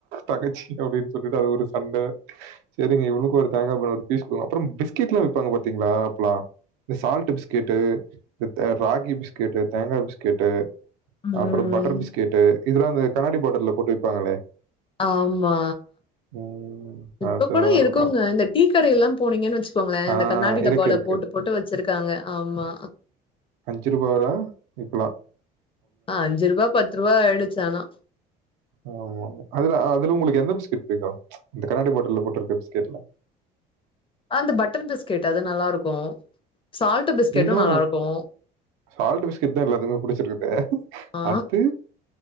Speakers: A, on the right; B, on the left.
A: தங்கச்சி அப்டின் சொல்லிட்டு அது ஒரு சண்ட செரிங்க இவனுக்கு ஒரு தேங்கா பன்னு ஒரு பீஸ் குடுங்க அப்றம் பிஸ்கெட்ல்லா விப்பாங்க பாத்தீங்களா அப்ல்லா இந்த சால்ட்டு பிஸ்கெட்டு இந்த த ராகி பிஸ்கெட்டு தேங்கா பிஸ்கெட்டு
B: ம்.
A: அப்றோ பட்டர் பிஸ்கெட்டு இதெல்லா இந்த கண்ணாடி பாட்டுல்ல போட்டு விப்பாங்களே
B: ஆமா
A: ம்.
B: இப்ப
A: அதுதான்
B: கூட இருக்குங்க
A: நல்லாருக்கும்.
B: இந்த டீ கடைல்லா போனீங்கன் வச்சு கோங்ளே
A: ஆ
B: இந்த கண்ணாடி
A: இருக்கு,
B: டப்பால
A: இருக்கு.
B: போட்டு போட்டு வச்சிருக்காங்க ஆமா
A: அஞ்சுரூபா தா இப்லா
B: ஆ அஞ்சு ரூபா பத்து ரூபா ஆயிடுச்சு ஆனா
A: ஆமா ஆமா அதுல அதுல உங்களுக்கு எந்த பிஸ்கெட் புடிக்கு இந்த கண்ணாடி பாட்டுல்ல போட்ருக்க பிஸ்கெட்ல
B: அந்த பட்டர் பிஸ்கெட்டு அது நல்லாருக்கு சால்ட் பிஸ்கெட்டும்
A: இன்னு
B: நல்லாருக்கும்.
A: சால்ட் பிஸ்கட் தா எல்லாத்துக்குமே புடிச்சிருக்குது
B: ஆ
A: அத்து